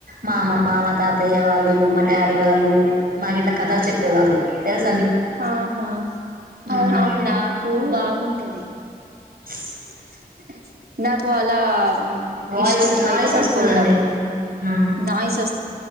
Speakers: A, on the right; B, on the right.
A: మా అమ్మమ్మ మా తాతయ్య వాళ్లు మా డాడీ వాళ్ళు మాకు ఇట్లా కథలు చెప్పేవాళ్ళు తెలుస్
B: ఆహా అవును
A: మ్మ్.
B: అవును నాకు బాగుంటది
A: ఎస్
B: <inaudible> నాకు అలా
A: వాయిస్
B: ఇష్టం బయట
A: నాయిస్
B: పడుకోవడం
A: వస్తుందండి మ్మ్.
B: నాయిస్ వస్తు